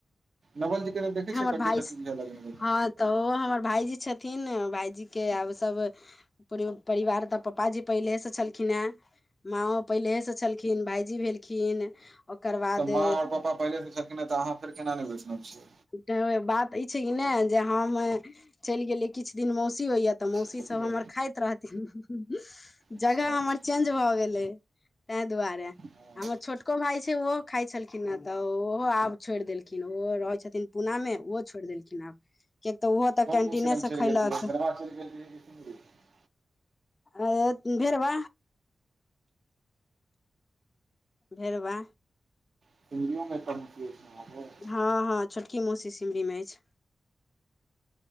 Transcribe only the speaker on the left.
हमर
भाय
हँ तऽ ओ हमर भाायजी छथिन भायजी के आब सब, परिवार तऽ पापाजी पहिलेसँ छलखिन हेँ। माँओ पहिलेहेसँ छलखिन भायजी भेलखिन, ओकर बाद
तऽ बात ई छै कि नहि जे हम, चलि गेलियै किछु दिन मौसी होइए तऽ मौसीसभ
हमर खाइत रहथिन,
जगह
हमर चेंज भऽ गेलै ताहि दुआरे,
हमर छोटको भााय छै ओहो खाइ छलखिन ने तऽ ओहो आब छोड़ि देलखिन ओहो रहै छथिन। पुना में ओहो छोड़ देलखिन आब किियक तऽ ओहो तऽ
कैंटीने
से
खैलक,
ओ बेरवा भेरबा
हँ हँ छोटकी मौसी सिमरी मे अछि